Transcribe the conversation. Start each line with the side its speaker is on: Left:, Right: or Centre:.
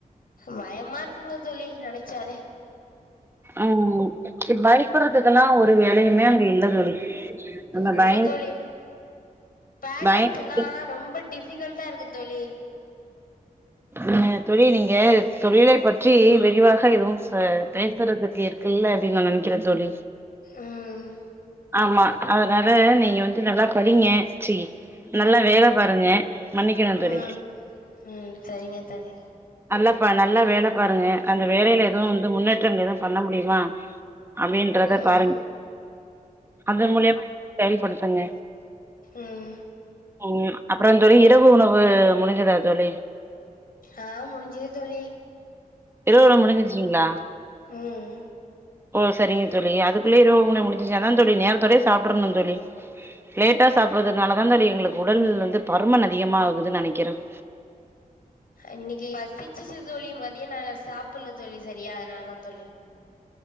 Left: பயமா இருக்குங்க தோழி நனைச்சாலே
Right: உம் இ பயக்கறதுக்கெல்லாம் ஒரு வேலையுமே அங்க இல்ல தோழி நம்ம
Left: என்னங்க
Right: பயந்
Left: தோழி பேட்டன்ஸ்
Right: பயந்துகிட்டு
Left: எல்லாம் ரொம்ப டி டிபிகல்ட்டா இருக்கு தோழி
Right: அஹ தொழி நீங்க தொழிலை பற்றி விரிவாக எதுவும் பேசுறதுக்கு இருக்குல்ல அப்படின்ங்க நினைக்கிற தோழி
Left: உம்
Right: ஆமா அதனால நீங்க வந்து நல்லா படிங்க சி நல்லா வேலை பாருங்க மன்னிக்கணும் தோழி
Left: ம் ம் சரிங்க தோழி
Right: நல்லா ப நல்லா வேலை பாருங்க அந்த வேலையில எதுவும் வந்து முன்னேற்றங்கள் எதுவும் பண்ண முடியுமா அப்படின்றத
Left: ம்
Right: பாருங்கள் அது மூலியமா செயல்படுத் பண்ணே
Left: உம்
Right: உம் அப்புறம் தோழி இரவு உணவு முடிஞ்சதா தோழி
Left: ஆஹ் முடிஞ்சுது தோழி
Right: த்தோட முடிஞ்சிருச்சிங்களா
Left: ம்
Right: ஓ சரிங்க தோழி அதுக்குள்ளய இரவுணவு முடிஞ்சிருச்சு அதான் தோழி நேரத்தோடே சாப்பிட்றணும்னு தோழி லேட்டா சாப்பிறதுனால தான் தோழி எங்களுக்கு உடல் வந்து பருமன் அதிகமா ஆகுதுன்னு நனைக்கிறேன்
Left: இன்னைக்கி பசிச்சுச்சு தோழி மதியோ நா சாப்படல தோழி சரியா அதனாலதா தோழி